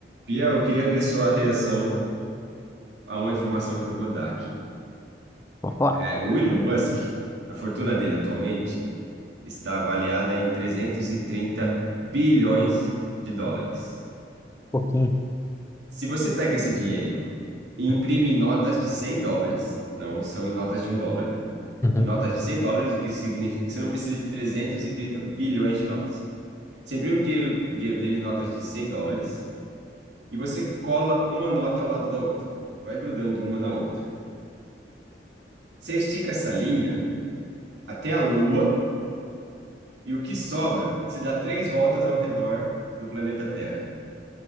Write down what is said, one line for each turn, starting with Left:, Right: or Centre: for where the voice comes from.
Right: Bia, eu queria ver sua reação a uma informação que eu vou dar aqui.
Left: Vou falar.
Right: É, o Elon Musk, a fortuna dele atualmente está avaliada em trezentos e trinta bilhões de dólares.
Left: um Pouquinho.
Right: Se você pega esse dinheiro e imprime
Left: <laughs>
Right: em notas de 100 dólares, não são em notas de um dólar,
Left: Uhum.
Right: em notas de cem dólares, o que significa que você não precisa de 330 bilhões de notas. Você imprime o dinheiro, dinheiro dele em notas de 100 dólares e você cola uma nota ao lado da outra, vai grudando uma na outra. Você estica essa linha até a Lua, e o que sobra se dá três voltas ao redor do planeta Terra.